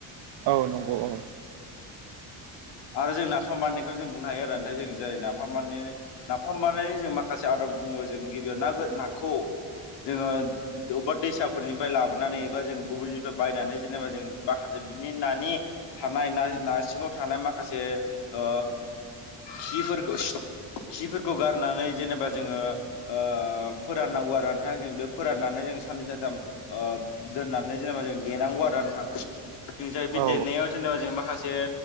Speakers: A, on the right (about 75°); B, on the left (about 80°).
A: औ नंगौ औ
B: आरो जों नाफाम माननायखौ जों बुंनो हायो आरो नाथाय जों जाय नाफाम माने नाफाम बानायनायनि जों माखासे आदब बुङो जों गिबियाव ना-नाखौ जोङो अबेबा दैसाफोरनिफ्राय लाबोनानै एबा जों गुबुननिफ्राय बायनानै जेनेबा जों माखासे बिनि नानि थानाय ना-नारसिङाव थानाय माखासे ओ खिफोरखौ खिफोरखौ गारनानै जेनेबा जोङो ओ फोराननांगौ आरो नोंथां जों बे फोराननानै जों साननै सानथाम ओ दोननानै जेनेबा जों देनांगौ आरो नोंथां बिनिफ्राय बे
A: औ
B: देनायाव जेनेबा जों माखासे